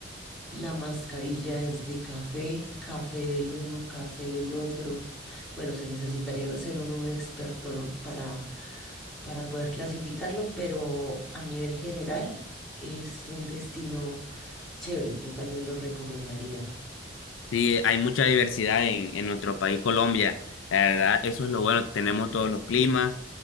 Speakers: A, in the centre; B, on the left (about 85°).
A: La mascarilla es de café, café del uno, café del otro. Bueno, se necesitaría ser uno un experto, ¿no? Para, para poder clasificarlo, pero a nivel general es un destino chévere. Yo también lo recomendaría.
B: Sí, hay mucha diversidad en, en nuestro país, Colombia. La verdad, eso es lo bueno. Tenemos todos los climas